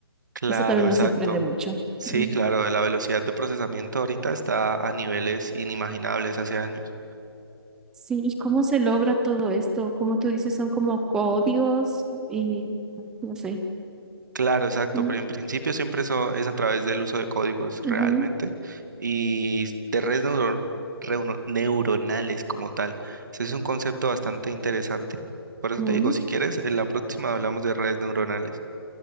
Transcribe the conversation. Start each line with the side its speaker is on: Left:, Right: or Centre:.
Right: Claro,
Centre: Eso también
Right: exacto.
Centre: me sorprende mucho.
Right: Sí,
Centre: Mm.
Right: claro, la velocidad de procesamiento ahorita está a niveles inimaginables hace años.
Centre: Sí, ¿y cómo se logra todo esto? Como tú dices, son como códigos y no sé.
Right: Claro, exacto,
Centre: Mm,
Right: pero en principio siempre eso es a través del uso de códigos
Centre: ujú,
Right: realmente y de redes neuro- reuno- neuronales como tal. Ese es un concepto bastante interesante. Por eso
Centre: mm.
Right: te digo, si quieres, en la próxima hablamos de redes neuronales.